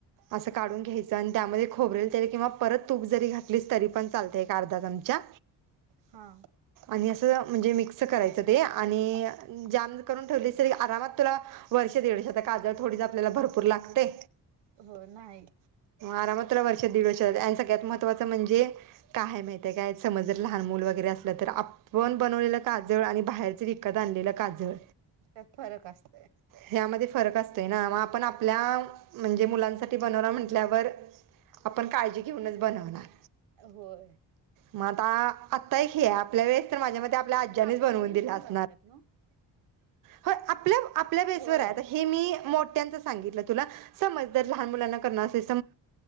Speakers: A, on the right (about 50°); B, on the right (about 80°).
A: असं कडून घ्यायचं आणि त्यामध्ये खोबरेल तेल किंवा त तूप जरी घातली तरी पण चालते अर्धा चमचा.
B: हा
A: आणि असं म्हणजे मिक्स करायचं ते आणि जाम करून ठेवली अस तरी आरामात तुला. वर्ष दीडवर्ष काजळ थोडीच आपल्याला भरपूर लागते.
B: हो नाही.
A: आरामात्र वर्षा दीड वर्षा आणि सगळ्यात महत्वाचं म्हणजे काय माहिती आहे काय समज जर लहान मुल वगैरे असलं तर आपण बनवलेलं काजळ आणि बाहेर. बाहेरचे विकत आणलेलं काजळ.
B: त्यात फरक असत.
A: ह्यामध्ये फरक असतो ना आपण म्हणजे मुलांसाठी. ते बनवणार म्हटल्यावर आपण काळजी घेऊनच बनवणार
B: होय.
A: मग आता आत्ता ही आपल्या वेळेस तर माझ्या मते आपल्या आज्ज्यानेच
B: कापूर
A: बनवून
B: तेन
A: दिले
B: पण
A: असेल.
B: घालतात ना
A: आपल्या आपल्या बेसवर
B: होय
A: आहे. हे मी मोठ्यांचं सांगितलं तुला समज लहान मुलांना कर असे.